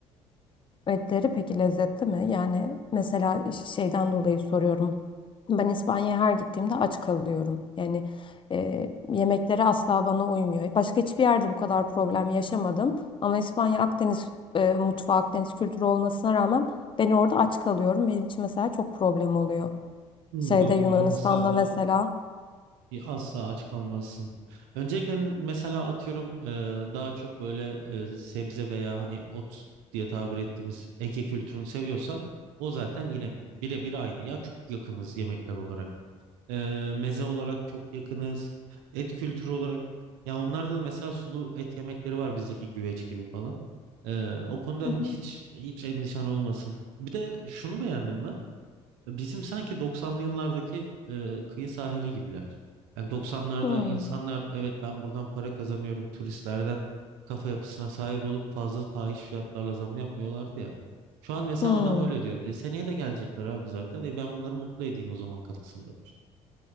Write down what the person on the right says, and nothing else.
Hmm,
yok
Yunanistan'da
Bir Asla aç kalmazsın. Öncelikle n- mesela atıyorum e, daha çok böyle e, sebze veya hani ot diye tabir ettiğimiz Ege kültürünü seviyorsak o zaten yine birebir aynı. Ya çok yakınız yemekler olarak. E, meze olarak çok yakınız. Et kültürü olarak. Ya onlarda da mesela sulu et yemekleri var bizdeki güveç gibi falan. E, o konuda
hiç hiç endişen olmasın. Bir de şunu beğendim ben. Bizim sanki 90'lı yıllardaki e, kıyı sahili gibiler. Yani 90'larda
insanlar evet ben buradan para kazanıyorum turistlerden kafa yapısına sahip olup fazla fahiş fiyatlarla zam yapmıyorlardı ya. Şu an mesela
adam öyle diyor. E, seneye de gelecekler abi zaten. E, ben bunları mutlu edeyim o zaman kafasında.